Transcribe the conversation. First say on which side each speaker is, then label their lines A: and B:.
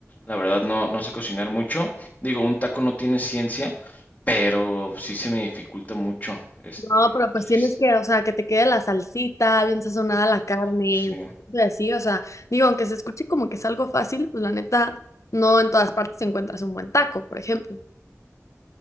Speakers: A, on the left; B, on the left.
A: la verdad no, no sé cocinar mucho. Digo, un taco no tiene ciencia, pero sí se me dificulta mucho. Este,
B: No, pero pues
A: tú
B: tienes
A: sí,
B: que, o sea, que te quede la salsita, bien sazonada la carne,
A: sí,
B: y así, o sea, digo, aunque se escuche como que es algo fácil, pues la neta, no en todas partes encuentras un buen taco, por ejemplo.